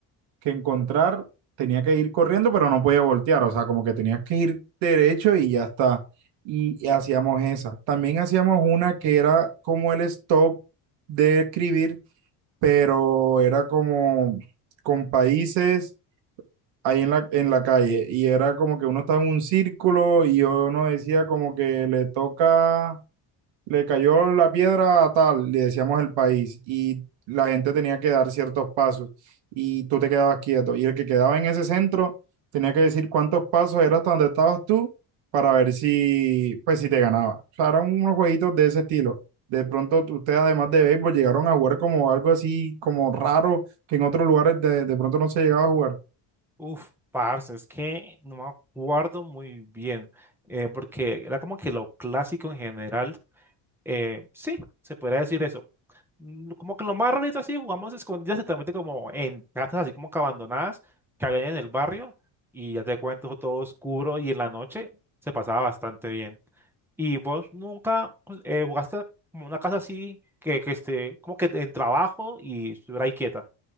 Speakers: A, on the right; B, in the centre.
A: que encontrar, tenía que ir corriendo, pero no podía voltear, o sea, como que tenías que ir derecho y ya está. Y, y hacíamos esa. También hacíamos una que era como el stop de escribir, pero era como con países ahí en la, en la calle y era como que uno estaba en un círculo y uno decía como que le toca, le cayó la piedra a tal, le decíamos el país y la gente tenía que dar ciertos pasos y tú te quedabas quieto y el que quedaba en ese centro tenía que decir cuántos pasos era hasta donde estabas tú para ver si, pues si te ganaba. O sea, eran unos jueguitos de ese estilo. De pronto ustedes además de béisbol llegaron a jugar como algo así como raro que en otros lugares de, de pronto no se llegaba a jugar.
B: Uf, parce, es que no me acuerdo muy bien, eh, porque era como que lo clásico en general Eh, sí, se podría decir eso. Mm, Como que lo más rarito así, jugamos escondidas, exactamente como en casas así como que abandonadas, que había en el barrio, y ya te cuento todo oscuro y en la noche se pasaba bastante bien. ¿Y vos nunca pues, eh, jugaste como una casa así que, que esté como que en trabajo y estuviera ahí quieta?